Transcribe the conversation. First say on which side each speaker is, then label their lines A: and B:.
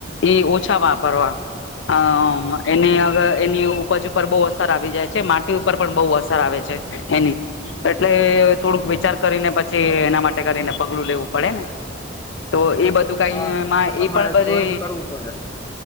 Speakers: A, on the left; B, on the left.
A: એ ઓછા વાપરવા. હ એની અર એની ઉપજ ઉપર બહુ અસર આવી જાય છે માટી ઉપર પણ બહુ અસર આવે છે. એની એટલે થોડુંક વિચાર કરીને પછી એના માટે કરીને પગલું લેવું પડે ને તો એ બધ દુ કઈમાં
B: હા તો તમારે
A: એ પણ બધે
B: જોઈન કરવું પડે.